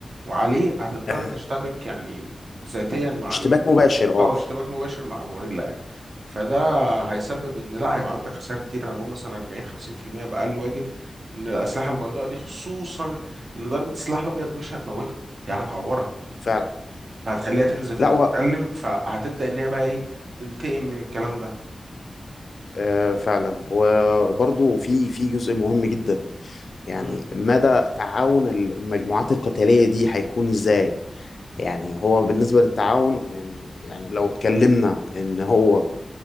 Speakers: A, on the right; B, on the left.
A: وعليه هتضطر
B: آه،
A: تشتبك يعني ذاتيا مع
B: اشتباك
A: ال...
B: مباشر اه
A: أو اشتباك مباشر مع الغوريلا يعني فده هيسبب إن لا هيبقى عندك خسائر كتير أنا بقول مثلا 40 50% بأقل واجب من الأسلحة البيضاء دي خصوصا إن ضربة السلاح الأبيض مش هتموتها هي هتعورها
B: فعلا
A: فهتخليها تنزف
B: لا
A: وتتألم
B: و...
A: فهتبدأ ان هي بقى ايه تنتقم من الكلام ده
B: آه فعلا و- وبرضه في في جزء مهم جدا يعني
A: مم.
B: مدى تعاون المجموعات القتالية دي هيكون ازاي؟ يعني هو بالنسبة للتعاون يعني يعني لو اتكلمنا ان هو